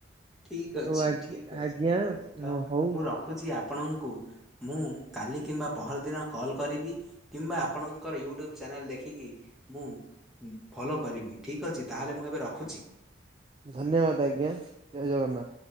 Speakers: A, in the centre; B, on the right.
A: ଠିକ
B: ସୋ
A: ଅଛି। ଠିକ
B: ଆଜ୍ଞା
A: ଅଛି। ଠିକ ଅଛି। ତ
B: ହଉ
A: ମୁଁ ରଖୁଛି ଆପଣଙ୍କୁ। ମୁଁ କାଲି କିମ୍ବା ପହର ଦିନ କଲ୍ କରିବି କିମ୍ବା ଆପଣଙ୍କର ୟୁ ଟ୍ୟୁବ୍ ଚ୍ୟାନେଲ୍ ଦେ ଖିକି ମୁଁ ଉଁ ଫଲୋ କରିବି। ଠିକ୍ ଅଛି। ତାହେଲେ ମୁଁ ଏବେ ରଖୁଛି।
B: ଧନ୍ୟବାଦ ଆଜ୍ଞା ଜୟ ଜଗନ୍ନାଥ।